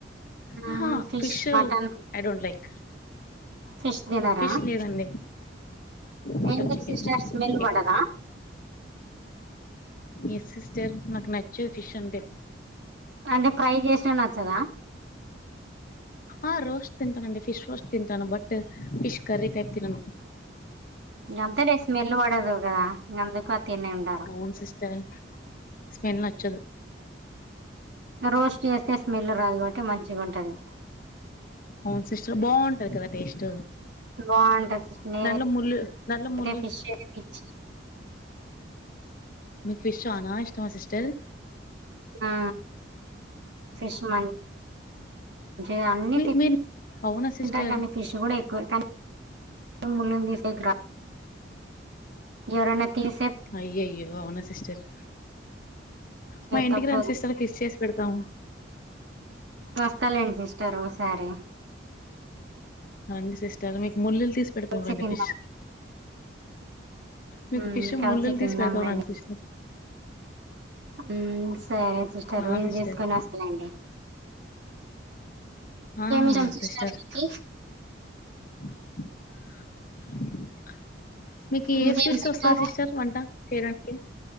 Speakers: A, on the right; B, on the left.
A: ఉహు
B: ఆహా fish
A: mutton
B: I don't like
A: fish తినర
B: ఫిష్ లేదండి మటన్
A: ఎందుకు
B: చికెన్
A: సిస్టర్ స్మెల్ పడదా
B: ఎగ్ ఎస్ సిస్టర్ నాకు నచ్చదు ఫిష్ అంటే.
A: అంటే ఫ్రై చేసినా నచ్చదా?
B: ఆ రోస్ట్ తింటానండి ఫిష్ రోస్ట్ తింటాను బట్ ఫిష్ కరీ టైప్ తినను.
A: గంతేలే స్మెల్ పడదు కదా ఇంగ అందుకు తినుండరు
B: అవున్ సిస్టర్ స్మెల్ నచ్చదు
A: రోస్ట్ చేస్తే స్మెల్ రాదు కాబట్టి మంచిగుంటది.
B: అవున్ సిస్టర్ బాగుంటది కదా టేస్ట్
A: బావుంటది సిస్ నేనైతె
B: దాంట్లో ముళ్ళు దాంట్లో ముళ్ళు
A: పిష్ అయితె పిచ్చి
B: మీకు ఫిష్ చానా ఇష్టమా సిస్టర్
A: ఆ ఫిష్ మన్ మంచిగ అన్ని
B: మీ
A: తింటా
B: మీరు అవునా సిస్టర్
A: కాని ఫిష్ కూడా ఎక్కువే కానీ ముళ్ళని తీసేకి రా ఎవరన్న తీసెత్
B: అయ్యయ్యో అవునా సిస్టర్ మా ఇంటికి
A: తప్పదు
B: రండి సిస్టర్ ఫిష్ చేసి పెడతాము
A: వస్తాలేండి సిస్టర్ ఒకసారి
B: రండి సిస్టర్ మీకు ముల్లులు తీసి పెడుతుం
A: కలిసి
B: రండి
A: తిందాం
B: ఫిష్ మీకు
A: ఉమ్
B: ఫిష్
A: కలిసి
B: ముల్లులు
A: తిన్నాంలేండి
B: తీసి పెడతాం రండి సిస్టర్
A: మ్ సరే సిస్టర్
B: ఆ
A: వీలు
B: సిస్టర్
A: చేసుకొని వస్తాలెండి
B: ఆ
A: ఇష్టం
B: సిస్టర్
A: మీకి
B: హ. హ మీకు
A: ఇంకేం
B: ఏ స్వీట్స్
A: తింటారు
B: వస్తా సిస్టర్ వంట చేయడానికి